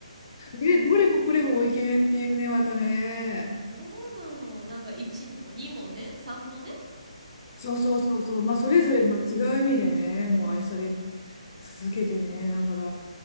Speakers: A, on the left; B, on the right.
A: ねどれもこれもイケメンっていうね、またね。
B: そうなの。なんか1も2もね、3もね。
A: そうそうそうそう。まあ、それぞれ、まあ、違う意味でね、もう愛され
B: うん
A: 続けてね。だから、